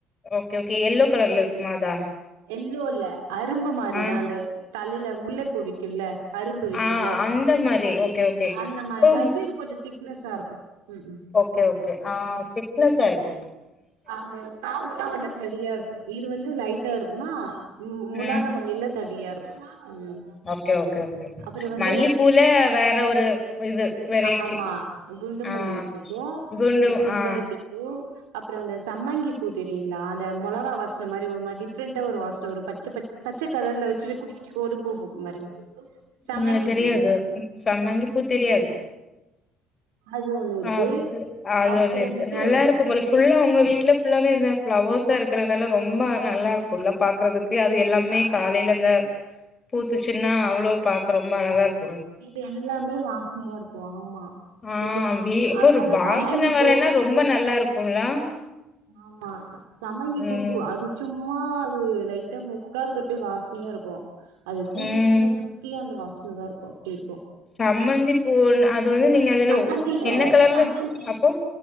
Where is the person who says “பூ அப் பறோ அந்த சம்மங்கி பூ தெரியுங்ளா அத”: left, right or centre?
Right